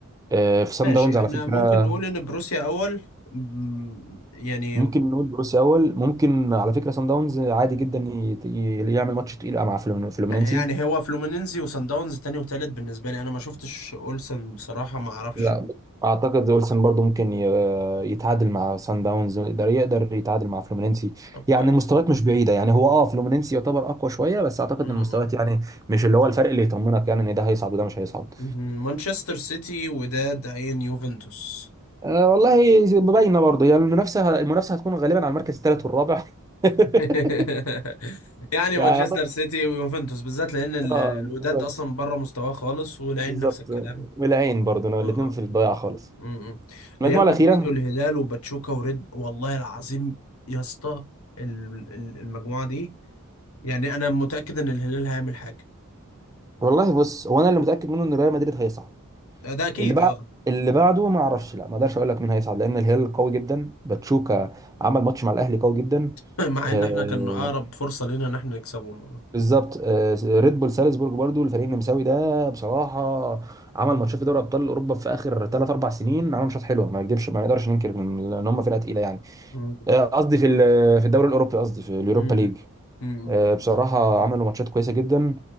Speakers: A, on the right; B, on the left.
A: آه، في سان
B: ماشي
A: داونز
B: احنا
A: على فكره
B: ممكن نقول ان بروسيا اول مم، يعني
A: ممكن نقول بروسيا اول ممكن على فكره سان داونز عادي جدا ي- ي- يعمل ماتش تقيل مع فلومينينسي
B: يعني هو فلومينينزي وصن داونز تاني وتالت بالنسبه لي انا ما شفتش اولسن بصراحه ما اعرفش
A: لا اعتقد اولسن برضو ممكن ي- يتعادل مع سان داونز يقدر يقدر يتعادل مع فلومينينسي
B: طب كويس
A: يعني المستويات مش بعيده يعني هو اه فلومينينسي يعتبر اقوى شويه بس اعتقد
B: مم.
A: ان المستويات يعني مش اللي هو الفرق اللي يطمنك يعني ان ده هيصعد وده مش هيصعد
B: مم. مانشستر سيتي وداد عين يوفنتوس
A: أه والله باينه برضه هي يعني المنافسه المنافسه هتكون غالبا على المركز الثالث والرابع <laughs>
B: <laughs> يعني
A: يعني
B: مانشستر
A: اعتقد
B: سيتي ويوفنتوس بالذات لان ال-
A: اه
B: الوداد
A: بالظبط
B: اصلا بره مستواه خالص والعين
A: بالظبط
B: نفس الكلام
A: والعين برضه
B: اه
A: الاثنين
B: اه آه.
A: في الضياع خالص
B: مم. ريال
A: المجموعه الاخيره
B: مدريد والهلال وباتشوكا وريد والله العظيم يا اسطى ال- ال- المجموعه دي يعني انا متاكد ان الهلال هيعمل حاجه
A: والله بص هو انا اللي متاكد منه ان ريال مدريد هيصعد
B: ده, ده اكيد
A: اللي بعد
B: اه
A: اللي بعده ما اعرفش لا ما اقدرش اقول لك مين هيصعد لان الهلال قوي جدا باتشوكا عمل ماتش مع الاهلي قوي جدا
B: <laughs> مع
A: آه
B: ان احنا كان اقرب فرصه لنا ان احنا نكسبهم والله
A: بالظبط آه ريد بول سالزبورج برضو الفريق النمساوي ده بصراحه عمل ماتشات في دوري ابطال اوروبا في اخر ثلاث اربع سنين عمل ماتشات حلوه ما نكذبش ما نقدرش ننكر ان إن هم فرقه تقيله يعني
B: مم.
A: آه، قصدي في ال- في الدوري الاوروبي قصدي في اليوروبا
B: مم.
A: ليج
B: مم.
A: آه، بصراحه عملوا ماتشات كويسه جدا